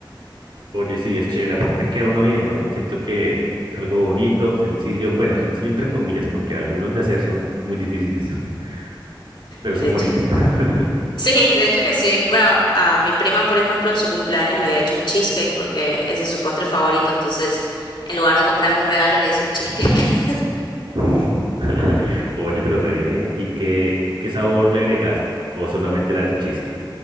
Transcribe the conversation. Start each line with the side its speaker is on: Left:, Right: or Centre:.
Right: Oye, sí, es chévere. Aparte queda uno bien, ¿no? Siento que es algo bonito, sencillo. Bueno, sencillo entre comillas, porque algunos de hacer son muy difíciles, <laughs> pero
Left: de
Right: son
Left: hecho.
Right: bonitos. <laughs>
Left: Sí, de hecho que sí. Bueno, a mi prima, por ejemplo, en su cumpleaños le había hecho un cheesecake porque ese es su postre favorito, entonces en lugar de comprarle un regalo le hice un cheesecake. <laughs>
Right: <laughs> Oye, pero re bien. ¿Y qué, qué sabor le agregaste? ¿O solamente era el cheesecake?